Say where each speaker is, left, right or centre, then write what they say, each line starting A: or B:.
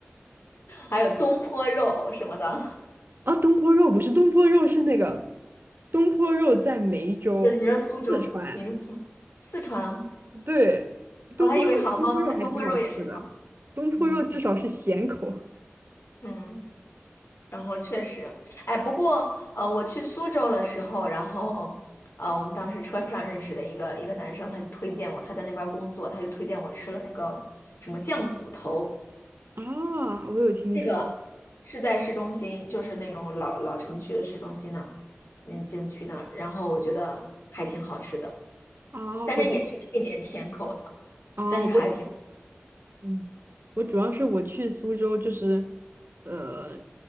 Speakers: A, on the left; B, on the right.
A: 还有东坡肉什么的，
B: 啊，东坡肉不是东坡肉是那个东坡肉在梅州，
A: <laughs> 就是你说苏州，
B: 四川。
A: 你说什么四川，
B: 对，
A: 我还以为杭帮菜，
B: 东坡肉，东坡肉还挺好吃的。
A: 东坡肉也是杭。
B: 东坡肉至少是咸口。
A: 嗯嗯，然后确实，哎，不过呃，我去苏州的时候，然后呃，我们当时车上认识的一个一个男生，他推荐我，他在那边工作，他就推荐我吃了那个什么酱骨头。
B: 啊，我有听说
A: 那个是在市中心，就是那种老老城区的市中心那儿，嗯，景区那儿。然后我觉得还挺好吃的，
B: 啊，
A: 但是也是配点甜口的，
B: 我就啊，
A: 但是还挺，
B: 我嗯，我主要是我去苏州，就是，呃，